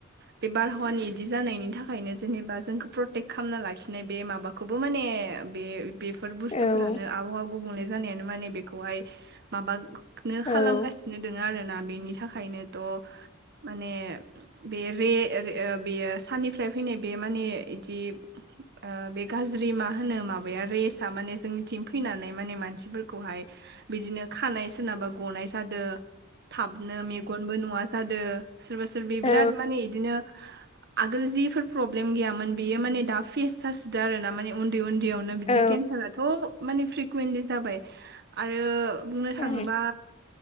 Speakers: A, on the right (about 55°); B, on the left (about 30°).
A: बे बारहावानि इदि जानायनि थाखायनो जेनेबा जोंखौ प्रटेक्ट खालामना लाखिनाय बे माबाखौ बो माने बे बेफोर बुस्थुफोरानो
B: औ
A: आबहावा गुबुंले जानायानो माने बेखौहाय माबा नो खालामगासिनो
B: औ
A: दोङ आरोना बेनि थाखायनोथ' माने बेे बेयो साननिफ्राय फैनाय बे माने बिदि ओ बे गाज्रि मा होनो माबाया रेसआ माने जोंनि थिं फैनानै माने मानसिफोरखौहाय बिदिनो खानाय सोरनाबा गनाय जादों थाबनो मेगनबो नुवा जादो सोरबा सोरबि बिराद
B: औ
A: माने बिदिनो आगोल जिफोर प्रब्लेम गैयामोन बेयो माने दा फेस जासिद आरो ना माने उन्दै उन्दै बियावनो बिदि
B: औ
A: केन्साराथ' माने फ्रिकुवेन्टलि जाबाय आरो बुंनो थाङोबा
B: औ